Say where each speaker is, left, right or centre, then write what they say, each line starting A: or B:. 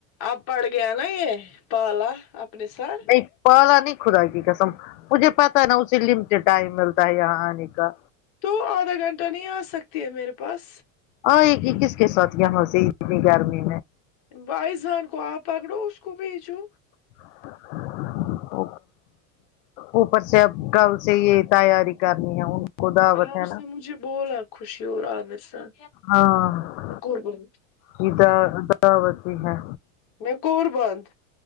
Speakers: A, on the left (about 50°); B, on the left (about 65°).
A: آپ پڑ گیا نا یہ پالا اپنے ساتھ
B: نہیں پال نہیں خدا کی قسم مجھے پتا نا اسے لٹڈ ٹائم ملتا ہے یہاں آنے کا
A: تو آدھا گھنٹہ نہیں آ سکتی ہے میرے پاس
B: اور ایک ایک کس کے ساتھ یہاں سے اتنی گھر میں
A: بائی جان کو آپ پکڑو اس کو بھیچو
B: <inaudible> اوپر سےب کل سے یہ تیاری کرنی ہے کو دعوت
A: آپ
B: ہے
A: اس
B: نا
A: نے مجھے بولا خوشی اورور عامر سان
B: ہاں
A: کو بول <unintelligible>
B: یہ دعوت بھی ہے
A: م کور بند